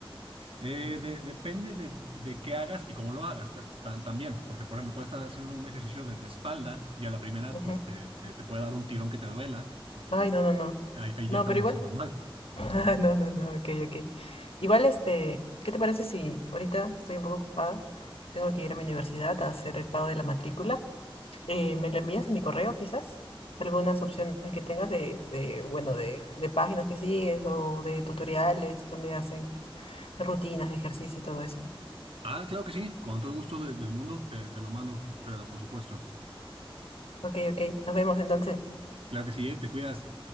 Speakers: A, on the right; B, on the left.
A: Eh, de- depende de, de qué hagas y cómo lo hagas ta- ta- también, porque por ejemplo puedes estar haciendo un ejercicio de, de espalda y a la primera
B: Ujú.
A: pues te, te- te puede dar un tirón que te duela, pues
B: Ay,
A: mm,
B: no, no, no.
A: ahí, ahí
B: No,
A: ya estamos
B: pero igual.
A: lesionando mal.
B: <laughs> Ah, no, no, no, ok, ok. Igual, este, ¿qué te parece si ahorita estoy un poco ocupada? Tengo que ir a mi universidad a hacer el pago de la matrícula. Eh, ¿me lo envías a mi correo quizás? Algunas opciones que tengas de, de, bueno, de, de páginas que sigues o de tutoriales donde hacen rutinas de ejercicio y todo eso.
A: Ah, claro que sí, con todo el gusto de- del mundo te, te lo mando, Fi- Fiorella, por supuesto.
B: Ok, ok. Nos vemos entonces.
A: Claro que sí, eh, te cuidas.